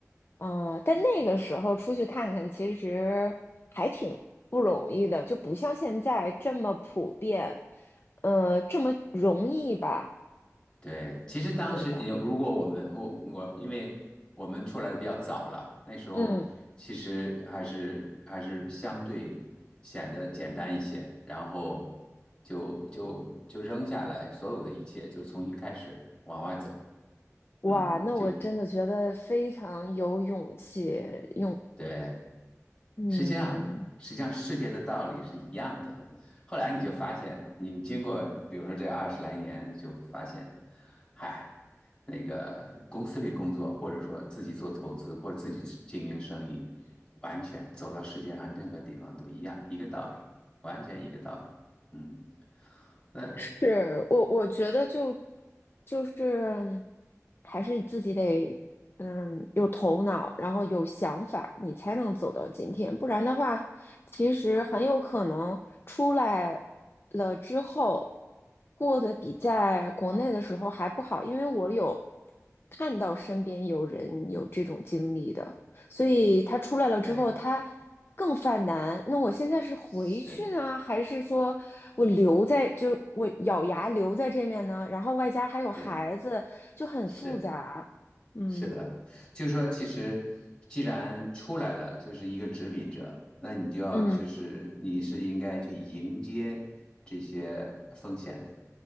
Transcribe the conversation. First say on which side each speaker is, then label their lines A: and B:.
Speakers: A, on the left (about 45°); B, on the left (about 20°).
A: 嗯、但那个时候出去看看，其实还挺不容易的，就不像现在这么普遍，呃，这么容易吧，
B: 对，其实当时有，
A: 对吧？
B: 如果我们我我，因为我们出来的比较早了，那时候其实还是还是相对显得简单一些，
A: 嗯，
B: 然后就就就扔下来所有的一切，就重新开始往外走。
A: 哇，
B: 嗯，
A: 那我真的觉得非常有勇气，
B: 就
A: 用，
B: 对。
A: 嗯。
B: 实际上，实际上世界的道理是一样的。后来你就发现，你经过比如说这二十来年，你就发现，嗨，那个公司里工作，或者说自己做投资，或者自己经营生意，完全走到世界上任何地方都一样，一个道理，完全一个道理。嗯，那
A: 是我，我觉得就就是还是自己得嗯有头脑，然后有想法，你才能走到今天。不然的话，其实很有可能出来了之后过得比在国内的时候还不好，因为我有看到身边有人有这种经历的。所以他出来了之后，
B: 对，
A: 他更犯难。那我现在是回去呢，
B: 是，
A: 还是说我留在，就我咬牙留在这面呢？然后外加还有孩子，
B: 对，
A: 就很复杂。
B: 是。
A: 嗯
B: 是的，就是说，其实既然出来了，就是一个殖民者，那你就要就是你是应该去迎接这些风险的。
A: 嗯